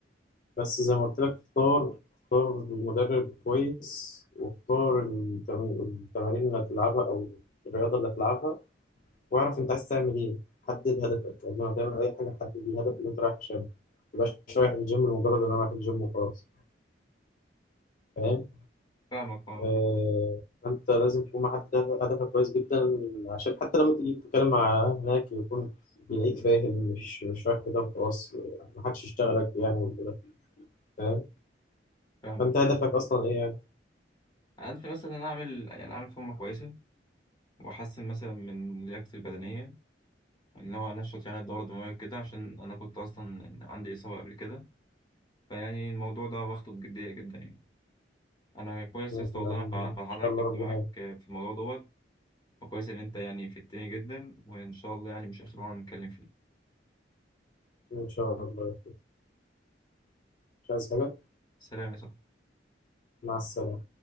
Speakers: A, on the left; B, on the left.
A: بس زي ما قلت لك اختار اختار المدرب كويس واختار التم- التمارين اللي هتلعبها او الرياضه اللي هتلعبها واعرف انت عايز تعمل ايه حدد هدفك قبل ما تعمل اي حاجه حدد الهدف اللي انت رايح عشانه ما تبقاش رايح الجيم لمجرد ان انا رايح الجيم وخلاص فاهم
B: فاهمك أه
A: آه انت لازم تكون محدد هدف- هدفك كويس جدا عشان حتى لما تيجي تتكلم مع هناك يكون يلاقيك فاهم مش مش رايح كده وخلاص محدش يشتغلك يعني وكده فاهم
B: فاهمك
A: فانت
B: بس
A: هدفك اصلا ايه يعني؟
B: أنا أنت مثلا ان أنا أعمل يعني أعمل فورمة كويسة وأحسن مثلا من لياقتي البدنية إن هو أنشط يعني الدورة الدموية كده عشان أنا كنت أصلا عندي إصابة قبل كده فيعني الموضوع ده واخده بجدية جدا يعني أنا كويس
A: يلا،
B: يا اسطى والله
A: إن
B: أنا فرح- فرحان
A: شاء
B: إني
A: الله
B: اتكلمت
A: ربنا
B: معاك
A: يكرمك.
B: آه، في الموضوع دوت وكويس إن أنت يعني فدتني جدا وإن شاء الله يعني مش آخر مرة نتكلم فيه
A: إن شاء الله مش عايز حاجة
B: سلام يا صاحبي
A: مع السلامة